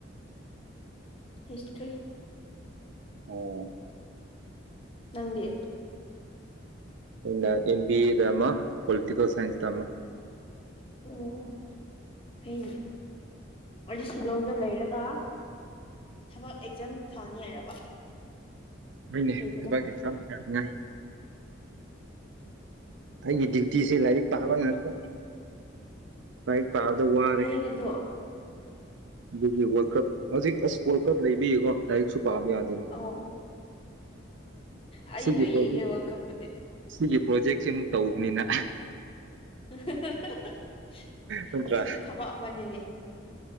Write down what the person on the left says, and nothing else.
ꯍꯤꯁꯇ꯭ꯔꯤ
ꯅꯪꯗꯤ
ꯑꯣ ꯐꯩꯅꯦ ꯑꯩꯗꯤ ꯁꯤꯂꯣꯡꯗ ꯂꯩꯔꯒ ꯊꯕꯛ ꯑꯦꯛꯖꯥꯝ ꯊꯥꯅꯤ ꯍꯥꯏꯔꯕ
ꯂꯩꯕꯗꯣ
<unintelligible>
ꯑꯣ ꯑꯩꯁꯨ
ꯌꯦꯡꯉꯦ ꯋꯥꯔꯜ ꯀꯞ ꯄꯨꯗꯤ
<unintelligible>
ꯑꯁꯤꯁꯨ ꯊꯕꯛ ꯑꯃꯅꯤꯅꯦ